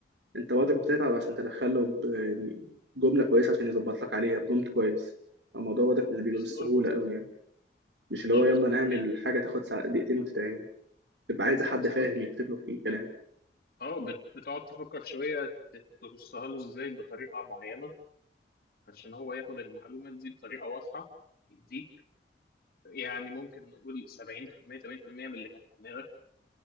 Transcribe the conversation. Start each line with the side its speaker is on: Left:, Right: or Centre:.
Right: انت برضك بتتعب عشان تدخله ب- يعني جمله كويسه عشان يظبط لك عليها برومت كويس الموضوع برضك مش
Left: بالظبط
Right: بيبقى بالسهوله قوي يعني مش
Left: بالظبط
Right: اللي هو يلا
Left: ممكن
Right: نعمل حاجه تاخد ساعة- دقيقتين وتتعمل تبقى عايز حد
Left: بالظبط
Right: فاهم يكتب له كل الكلام
Left: اه بت- بتقعد تفكر شويه ت- ترصها له ازاي بطريقه معينه علشان هو ياخد المعلومات دي بطريقه واضحه يديك يعني ممكن نقول 70% 80% من اللي كان في دماغك